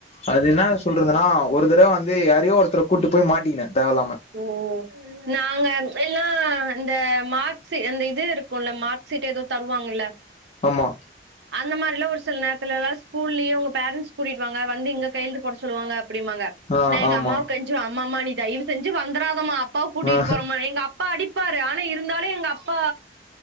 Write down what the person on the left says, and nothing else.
அது இன்ன சொல்றதுன்னா ஒரு தடவ வந்து யாரையோ ஒருத்தர கூட்டு போய் மாட்டிகின தேவ இல்லாம
ஆமா
ஆ
ஆமா
ஆ